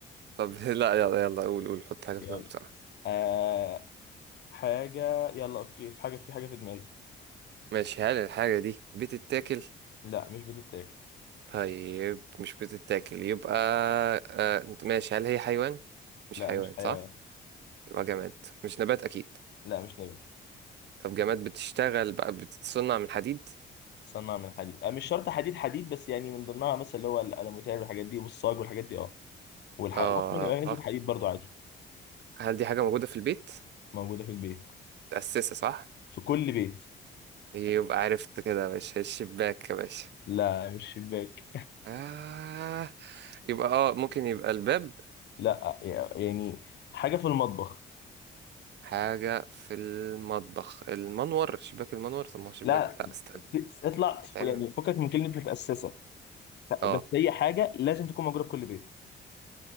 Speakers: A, on the right; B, on the left.
A: طب <laughs> لا يلا يلا قول قول حط
B: <laughs>
A: حاجة في
B: يلا
A: دماغك بسرعة
B: آه حاجه يلا اوكي في حاجه في حاجه في دماغي
A: ماشي هل الحاجة دي بتتاكل
B: لا مش بتتاكل
A: طيب مش بتتاكل يبقى آه انت ماشي هل هي حيوان مش
B: لا
A: حيوان
B: مش حيوان
A: صح يبقى جماد مش نبات اكيد
B: لا مش نبات
A: طب جماد بتشتغل بقى بتتصنع من حديد
B: تصنع من حديد آه مش شرط حديد حديد بس يعني من ضمنها مثلا اللي هو الالومتير والحاجات دي والصاج والحاجات دي اه والحق
A: اه
B: ممكن يبقى نسبه حديد برضو عادي
A: هل دي حاجة موجودة في البيت؟
B: موجوده في البيت
A: متأسسة صح؟
B: في كل بيت
A: يبقى عرفت كده يا باشا الشباك يا باشا
B: لا مش شباك
A: آه يبقى اه ممكن يبقى الباب
B: لا يعني حاجه في المطبخ
A: حاجة في المطبخ المنور شباك المنور طب ما هو شباك
B: لا
A: لا استنى
B: اطلع
A: بيتعمل
B: يعني فكك من كلمه متاسسه
A: اه
B: بس هي حاجه لازم تكون موجوده في كل بيت